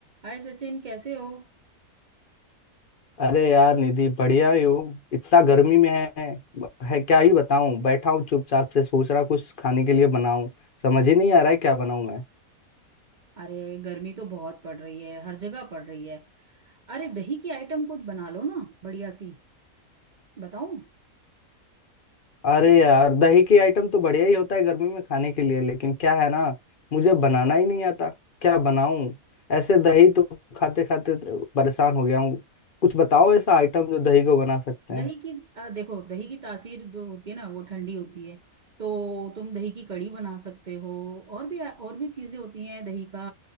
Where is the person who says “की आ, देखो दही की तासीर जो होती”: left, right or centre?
Right